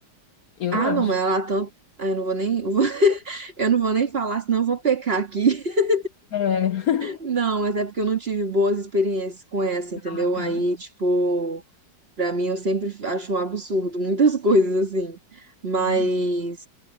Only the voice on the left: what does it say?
Eu
acho.
É.
A Latam.
Uhum.